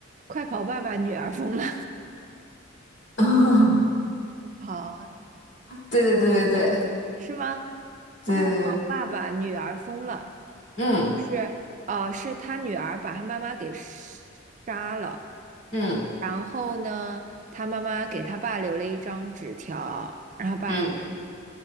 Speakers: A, on the right; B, on the left.
A: 快跑爸爸，女儿疯了，
B: <laughs> 啊，
A: <laughs> 跑
B: 对对对对
A: 是吗？
B: 对对对，
A: 快跑爸爸，女儿疯了，
B: 嗯
A: 就是呃，是他女儿把他妈妈给杀了，
B: 嗯
A: 然后呢，他妈妈给他爸留了一张纸条，让他爸
B: 嗯，